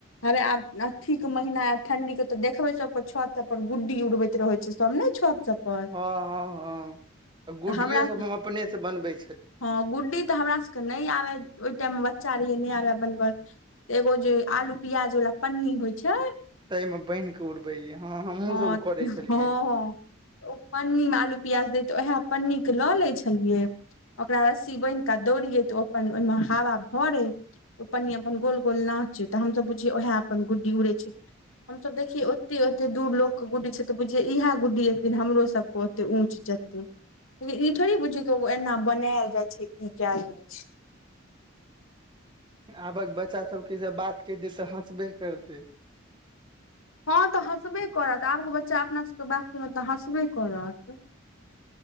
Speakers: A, on the left; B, on the right.
A: अरे आब अथी कऽ महीना ऐत ठंडी केँ तऽ देखबै सब क छत सब पर गुड्डी उड़बैत रहै छै सब नै छत सब पर
B: हँ हँ हँ गुड्डियो
A: तऽ हमरा
B: सब अपने से बनबे
A: हँ गुड्डी तऽ हमरा सभ कऽ नइ आबै ओहि टाइम मे बच्चा रहियै नै आबै बनब एगो जे आलू प्याज वला पन्नी होइ छै
B: तहि मे बान्हि कऽ उड़बै रहियै हँ हमहूँ
A: हँ
B: सब करै छलियै
A: हँ ओ पन्नी मऽ आलू प्याज दै तऽ ओहै पन्नी क लऽ लै छलियै ओकरा रस्सी बान्हि कऽ दौड़ियै तऽ ओ अपन ओहिमे हवा भरै ओ पन्नी अपन गोल गोल नाचै तऽ हमसब बुझियै ओहै अपन गुड्डी उड़ै छै हमस देखिये ओते ओते दूर लोग कऽ गुडी छै तऽ बुझिये इएह गुडी एक दिन हमरो सब कऽ ओते ऊँच जेतै, लेकिन ई थोड़ी बुझीयै एना बनैल जाइ छै की कैयल जाय छै
B: आबक बच्चा सबके जब बात कैह दै तऽ हँसबे करतै
A: हँ तऽ हँसबे करत आब कऽ बच्चा अपना सब कऽ बात सुनत तऽ हँसबे करत